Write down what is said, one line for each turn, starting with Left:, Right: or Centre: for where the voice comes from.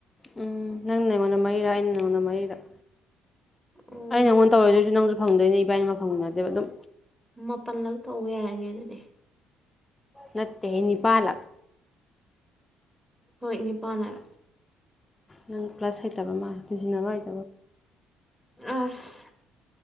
Left: ꯎꯝ ꯅꯪꯅ ꯑꯩꯉꯣꯟꯗ ꯃꯔꯤꯔꯛ ꯑꯩꯅ ꯅꯪꯉꯣꯟꯗ ꯃꯔꯤꯔꯛ
Centre: ꯑꯣ
Left: ꯑꯩꯅ ꯅꯪꯉꯣꯟꯗ ꯇꯧꯔꯛꯏꯗꯨꯁꯨ ꯅꯪꯁꯨ ꯐꯪꯗꯣꯏꯅꯦ ꯏꯕꯥꯟꯅꯤꯃꯛ ꯐꯪꯃꯤꯟꯅ ꯗꯣꯏꯕ ꯑꯗꯨꯝ
Centre: ꯃꯥꯄꯜꯂꯛ ꯇꯧꯕ ꯌꯥꯏꯅꯦ ꯑꯗꯨꯗꯤ
Left: ꯅꯠꯇꯦ ꯍꯦ ꯅꯤꯄꯥꯜ ꯂꯛ
Centre: ꯍꯣꯏ ꯅꯤꯄꯥꯥꯜ ꯍꯥꯏꯕ
Left: ꯅꯪ ꯄ꯭ꯂꯁ ꯍꯩꯇꯕ ꯃꯜꯂꯦ ꯇꯤꯟ ꯖꯟꯅꯕ ꯍꯩ
Centre: ꯑꯁ